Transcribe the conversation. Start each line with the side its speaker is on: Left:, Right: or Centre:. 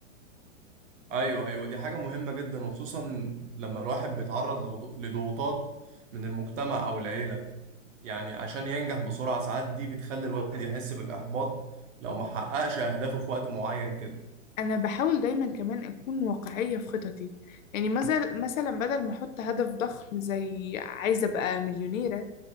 Right: ايوه ايوه دي حاجه مهمه جدا وخصوصا لما الواحد بيتعرض لغضو- لضغوطات من المجتمع او العيله يعني عشان ينجح بسرعة ساعات دي بتخلي الواحد يحس بالإحباط لو ما حققش أهدافه في وقت معين كده
Left: أنا بحاول دايما كمان أكون واقعية في خططي يعني مثلا مثلا بدل ما أحط هدف ضخم زي عايزة أبقى مليونيرة